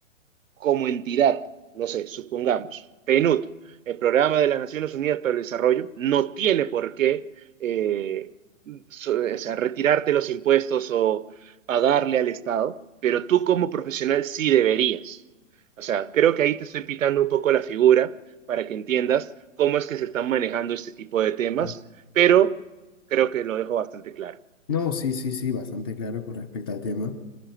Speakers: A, on the right (about 65°); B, on the left (about 15°).
A: como entidad, no sé, supongamos, PNUD, el Programa de las Naciones Unidas para el Desarrollo, no tiene por qué eh, so- o sea, retirarte los impuestos o pagarle al Estado, pero tú como profesional sí deberías. O sea, creo que ahí te estoy pitando un poco la figura para que entiendas cómo es que se están manejando este tipo de temas,
B: Ah,
A: pero creo que lo dejo bastante claro.
B: No, sí, sí, sí, bastante claro con respecto al tema.